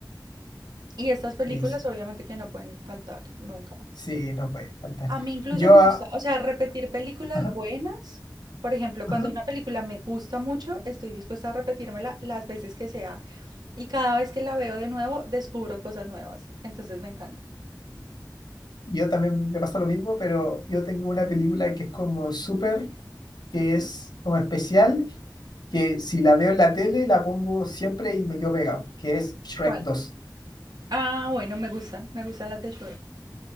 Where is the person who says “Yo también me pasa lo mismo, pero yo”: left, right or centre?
Left